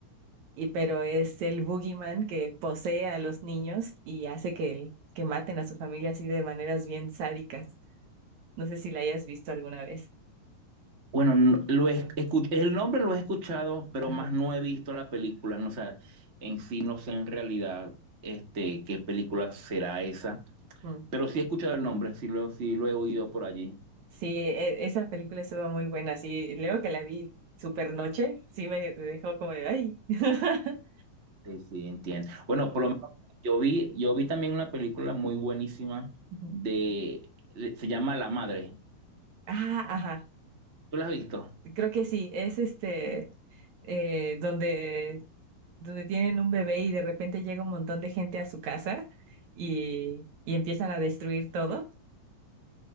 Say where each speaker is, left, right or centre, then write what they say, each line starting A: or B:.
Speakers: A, on the right; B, on the right.
A: y pero es el boogeyman que posee a los niños y hace que, el- que maten a su familia así de maneras bien sádicas. No sé si la hayas visto alguna vez.
B: Bueno, no- lo he escu- el nombre lo he escuchado, pero
A: Ajá.
B: más no he visto la película, no, o sea, en sí no sé en realidad este, qué película será esa.
A: Mm.
B: Pero sí he escuchado el nombre, sí lo, sí lo he oído por allí.
A: Sí, e- esa película estuvo muy buena. Sí, luego que la vi super noche, sí me dejó como de ay. <laughs>
B: Sí, sí, entiendo. Bueno, por lo menos yo vi, yo vi también una película muy buenísima
A: Ujú.
B: de, se llama La Madre.
A: Ah, ajá.
B: ¿Tú la has visto?
A: Creo que sí. Es este eh, donde donde tienen un bebé y de repente llega un montón de gente a su casa y, y empiezan a destruir todo.